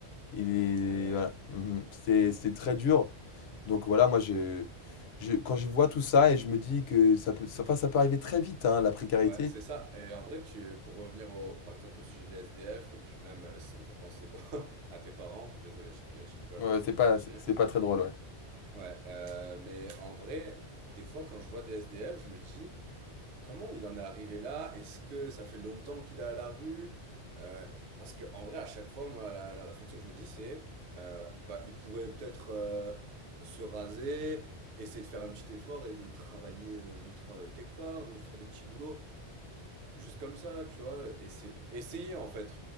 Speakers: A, on the left (about 70°); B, on the right (about 85°).
A: Il est,
B: ouais. ouais.
A: voilà. Mhm. C'était, c'était très dur. Donc voilà, moi je, je, quand je vois tout ça et je me dis que ça peut, ça, enfin, ça peut arriver très vite hein, la précarité.
B: Ouais, c'est ça. Et en vrai, tu, pour revenir au, par exemple au sujet des SDF, et puis même, euh, ça me fait penser bon, <laughs> à tes parents. Désolé, je, rig- je rigole,
A: Ouais,
B: mais c'est
A: c'est
B: pas
A: pas,
B: gentil.
A: c'est
B: hein.
A: c'est pas très drôle, ouais.
B: Ouais, euh, mais en vrai, des fois, quand je vois des SDF, je me dis, comment il en est arrivé là? Est-ce que ça fait longtemps qu'il est à la rue? Euh, parce que en vrai, à chaque fois, moi, la, la réflexion que je me dis, c'est, euh, bah, il pourrait peut-être euh, se raser, essayer de faire un petit effort et de travailler, euh, de travailler quelque part, de faire des petits boulots. Juste comme ça, tu vois, essayer, essayer en fait.